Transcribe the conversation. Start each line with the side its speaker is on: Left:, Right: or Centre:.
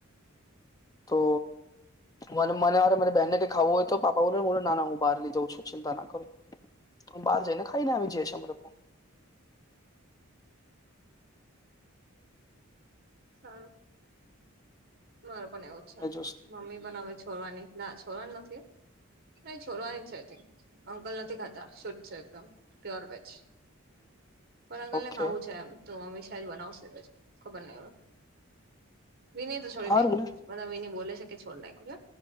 Left: તો મને મનેરે મને બેહેને કેઈ ખાવું હોય તો પાપા બોલોને બોલો ના હો બાર લઇ જાવ છું ચિતા ના કરો બાર જાયને ખાઈને આ વી જઈ છ એમે લોકો <inaudible>
Right: સારું માર પણ એવું જ છે,
Left: એ જુસ
Right: મમ્મી બનાવે છે, છોડવાની ના છોડવાની નથી નહીં છોડવાની છે, અંકલ નથી ખાતા શુદ્ધ છે, એકદમ પ્યોર વેજ પણ અંકલ
Left: ઓકે
Right: ને ખાવું છે, એમ તો મમ્મી શાયદ જ બનાવશે પછી ખબર નહી હવે વિની તો છોડી
Left: હારું
Right: નાખ્યું
Left: ને
Right: મને વિની બોલે છે કે છોડી નાખું